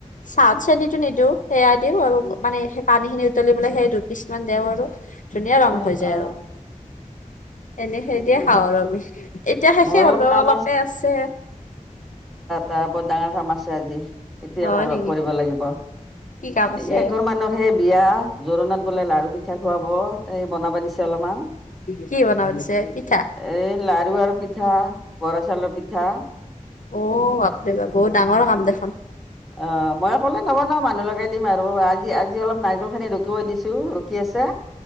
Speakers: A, on the left; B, in the centre.
A: চাহত চেনিতো নিদিওঁ।। সেয়া দিওঁ আৰু মানে সেই পানী খিনি উতলিবলৈ পেলাই সেই দুপিছ মান দিওঁ আৰু। ধুনীয়া ৰং
B: অ
A: হৈ যায়
B: অ
A: আৰু এনে সেইটিয়ে
B: অ
A: খাওঁ আৰু আমি এতিয়া শেষে
B: মোৰ
A: হ'লোও
B: অলপ কাম
A: অলপে আছে।
B: তাৰ বৰ ডাঙৰ কাম আছে আজি এতিয়া
A: হয় নেকি
B: কৰিব লাগিব।
A: কি কাম আছে
B: এই এঘৰ মানৰ হে বিয়া জোৰোণত বোলে লাৰু পিঠা খোৱাব। এই বনাবা দিছে অলমান।
A: কি বনাব দিছে? পিঠা
B: এ লাৰু আৰু পিঠা বৰা চাউলৰ পিঠা।
A: অ' বাপৰেবা বহুত ডাঙৰ কাম দেখোন।
B: অঁ' মই অক'লে নবনাও মানুহলগায় দিম আৰু আজি আজি অলপ নাৰিকল খিনি ৰুকিব দিছো। কি আছে?